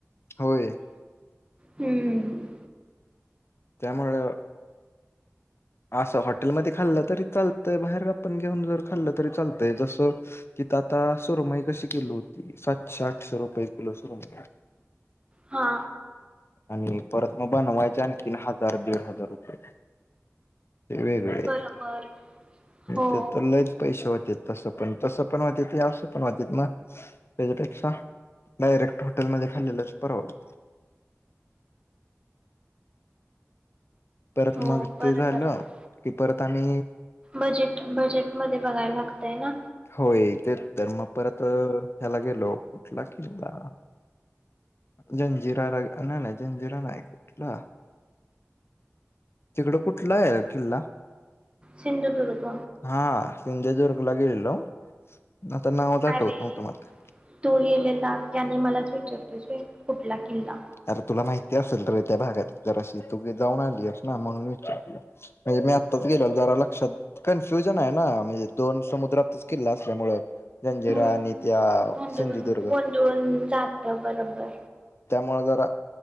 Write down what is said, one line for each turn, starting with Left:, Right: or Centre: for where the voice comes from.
Left: होय
Right: हम्म.
Left: त्यामुळं असं हॉटेलमध्ये खाल्ल तरी चालतंय बाहेर आपण घेऊन जर खाल्ल तरी चालतंय जस तिथं आता सुरमई कशी किलो होती सातशे आठशे रुपये किलो सुरमई
Right: हा
Left: आणि परत म बनवायचे आणखीन हजार दीड हजार रुपये ते वेगळे
Right: बरोबर हो.
Left: ते तर लयच पैसे होत्यात तसं पण तसं पण होत्यात असं पण होत्यात ना त्याच्यापेक्षा डायरेक्ट हॉटेलमध्ये खाल्लेलंच परवडतय परत
Right: हो.
Left: मग
Right: बरोबर
Left: ते झालं
Right: आहे.
Left: की परत आम्ही
Right: बजेट बजेटम ते बघायला लागतय ना
Left: होय तेत तर मग परत ह्याला गेलो कुठला किल्ला जंजिराला नाही नाही जंजिरा नाही कुठला तिकडं कुठला आहे किल्ला
Right: सिंधुदुर्ग
Left: हा <unintelligible> दुर्ग ला गेलेलो. आता नावच आठवत
Right: अरे
Left: नव्हतं मला
Right: तू गेलेला त्याने मला विचारतोस होय कुठला किल्ला
Left: अरे तुला माहिती असेल रे त्या भागात जराशी तु जाऊन आलीयस ना म्हणून विचारलं म्हणजे मी आत्ताच गेल जरा लक्षात कन्फ्युजन आहे ना म्हणजे दोन समुद्रातच किल्ला असल्यामुळं जंजिरा
Right: हम्म
Left: आणि त्या
Right: गोंधळून
Left: सिंधुदुर्ग
Right: गोंधळून जात बरोबर
Left: म जरा